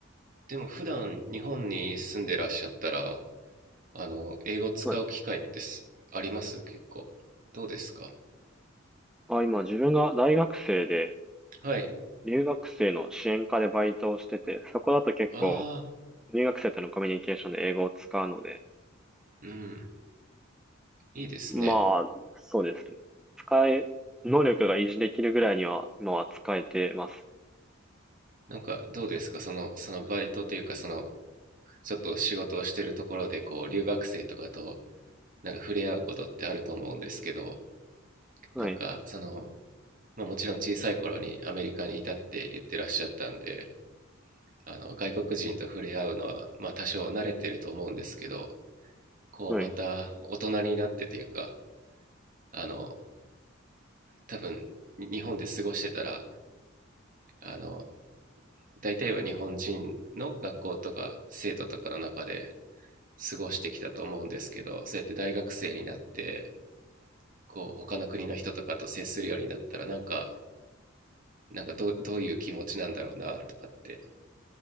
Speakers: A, on the right; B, in the centre.
A: でも普段日本に住んでらっしゃったらあの英語使う機会ってすあります結構どうですか
B: はい。あ、今、自分が大学生で、
A: はい
B: 留学生の支援課でバイトをしてて、そこだと結構、
A: ああ
B: 留学生とのコミュニケーションで英語を使うので、
A: ーうんいいですね
B: まあ、そうですね。使え、能力が維持できるぐらいには、今は使えてます。
A: なんかどうですかそのそのバイトというかそのちょっと仕事をしてるところでこう留学生とかとなんか触れ合うことってあると思うんですけど
B: はい。
A: なんかその、まあ、もちろん小さい頃にアメリカにいたって言ってらっしゃったんであの外国人と触れ合うのはまあ多少慣れてると思うんですけどこうまた大人になってというか
B: はい。
A: あの多分日本で過ごしてたらあの大体は日本人の学校とか生徒とかの中で過ごしてきたと思うんですけどそうやって大学生になってこう他の国の人とかと接するようになったらなんかなんかどどういう気持ちなんだろうなとかって